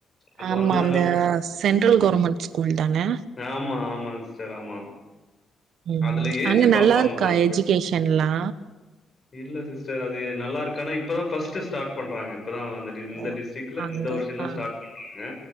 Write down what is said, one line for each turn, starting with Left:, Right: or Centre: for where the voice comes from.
Left: அது
Right: ஆமா
Left: வந்ததுனால
Right: அந்த சென்ட்ரல் கவர்மெண்ட் ஸ்கூல் தானே
Left: ஆமா ஆமாங்க சிஸ்டர் ஆமா
Right: ம்
Left: அதுல ஏஜ்
Right: அங்க நல்லா
Left: பார்ப்பாங்க
Right: இருக்கா
Left: போல இருக்கு.
Right: எஜிகேஷன்லா
Left: இல்ல சிஸ்டர் அது நல்லாருக்கான இப்பதா பர்ஸ்ட்டு ஸ்டார்ட் பண்றாங்க இப்பதா வந்து டு இந்த
Right: ஓ
Left: டிஸ்ரிக்ல
Right: அங்க
Left: இந்த வருஷோன்தா
Right: ஆ
Left: ஸ்டார் பண்ணுராங்க